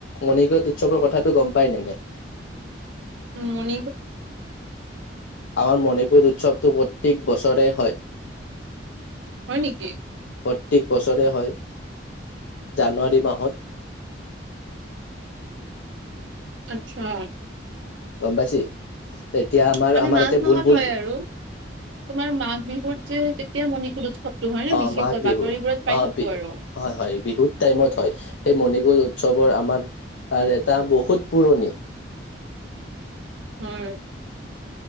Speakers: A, on the left (about 80°); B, on the right (about 80°).
A: মণিকোজ উৎসৱৰ কথাাটো গম পাই নে নাই
B: উম মন
A: আমাৰ মনে কৰি উৎসৱটো প্ৰত্যেক বছৰে হয়
B: হয় নেকি
A: প্ৰত্যেক বছৰে হয় জানুৱাৰী মাহত
B: <unintelligible> আত্ছা
A: গম পাইছি এতিয়া আমাৰ
B: মানে
A: আমাৰ
B: মাঘ
A: এতিয়া
B: মাহত
A: ভুল ভুল
B: হয় আৰু তোমাৰ মাঘ বিহুত যে তেতিয়া মণিকুল উৎসৱতটো হয় ন
A: অ
B: বিশেষকৈ
A: মাঘ বিহু
B: বাতৰিবোৰত পাই
A: অ
B: থাকো
A: বিহু
B: আৰু
A: হয় হয় বিহুত টাইমত হয় সেই মণি জ উৎসৱৰ আমাৰ এটা বহুত পুৰণি
B: <unintelligible>